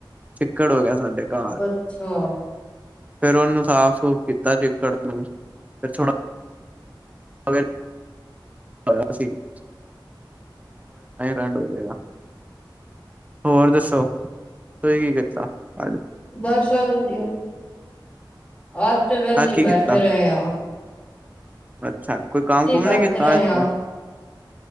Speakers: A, on the right; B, on the left.
A: ਚਿੱਕੜ ਹੋ ਗੇਆ ਸਾਡੇ ਘਾਰ।
B: ਅੱਛਾ
A: ਫੇਰ ਓਨੂੰ ਸਾਫ਼ ਸੂਫ਼ ਕੀਤਾ ਚਿੱਕੜ ਨੂੰ, ਫੇਰ ਥੋੜਾ <unintelligible> <unintelligible> ਟਾਈਮ ਐਂਡ ਹੋ ਜੇਗਾ। ਹੋਰ ਦੱਸੋ, ਤੁਹੀ ਕੀ ਕੀਤਾ ਆੱਜ?
B: ਬੱਸ ਸਬ ਵਦੀਆ। ਆਜ ਤੇ ਵੈਲੇ
A: ਅੱਜ
B: ਈ
A: ਕੀ
B: ਬੈਠੇ
A: ਕੀਤਾ
B: ਰਏਂ ਆਂ।
A: ਅੱਛਾ, ਕੋਈ ਕਾੰਮ ਕੁੰਮ
B: ਬੈਠੇ
A: ਨੀ ਕੀਤਾ
B: ਰਹੇ
A: ਆਜ
B: ਆ
A: ਫੇਰ?